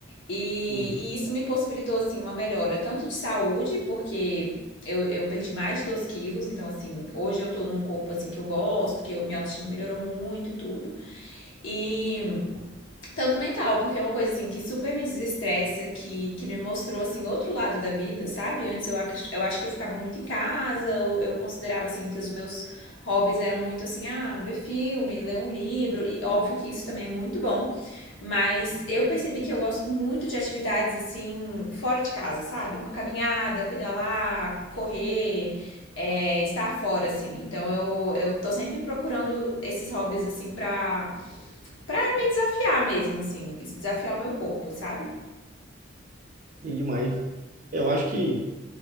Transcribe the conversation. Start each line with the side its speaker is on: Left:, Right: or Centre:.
Left: E,
Right: uhum.
Left: e isso me possibilitou, assim, uma melhora tanto de saúde, porque eu, eu perdi mais de 12 quilos, então, assim, hoje eu tô num corpo, assim, que eu gosto, que eu, minha autoestima melhorou muito e tudo. E tanto mental, porque é uma coisa assim que super me desestressa, que, que me mostrou assim outro lado da vida, sabe? Antes eu, ac- eu acho que eu ficava muito em casa, eu, eu considerava assim que os meus hobbies eram muito assim, ah, ver filme, ler um livro, e óbvio que isso também é muito bom, mas eu percebi que eu gosto muito de atividades assim fora de casa, sabe? Uma caminhada, pedalar, correr, é, estar fora assim. Então eu eu tô sempre procurando esses hobbies assim pra Pra me desafiar mesmo, assim, desafiar o meu corpo, sabe?
Right: E demais. Eu acho que